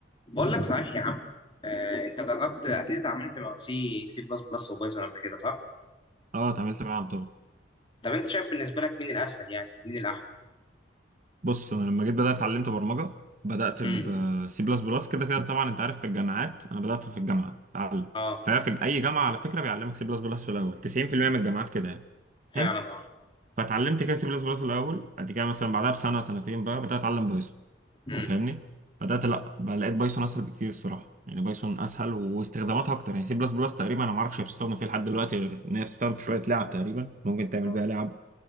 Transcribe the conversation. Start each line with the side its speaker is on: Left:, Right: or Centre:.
Left: بقول لك صحيح يا عم آه، انت جربت اكيد اتعاملت مع سي سي بلس بلس وبايثون قبل كده صح؟
Right: اه اتعاملت معاهم طبعا
Left: طب انت شايف بالنسبه لك مين الاسهل يعني مين الاحسن؟
Right: بص انا لما جيت بدات اتعلمت برمجه بدات
Left: امم
Right: بسي بلس بلس كده كده طبعا انت عارف في الجامعات انا بدات في الجامعه اتعلم
Left: اه
Right: ففي اي جامعه على فكره بيعلمك سي بلس بلس في الاول 90% من الجامعات كده يعني
Left: فعلا
Right: حلو
Left: اه
Right: فاتعلمت كده سي بلس بلس الاول بعد كده مثلا بعدها بسنه سنتين بقى بدات اتعلم بايثون
Left: امم
Right: انت فاهمني بدات لا بقى لقيت بايثون اسهل بكتير الصراحه يعني بايثون اسهل واستخداماتها اكتر يعني سي بلس بلس تقريبا انا ما اعرفش هي بتستخدم فيه لحد دلوقتي غير ان هي بتستخدم في شويه لعب تقريبا ممكن تعمل
Left: اه
Right: بيها لعب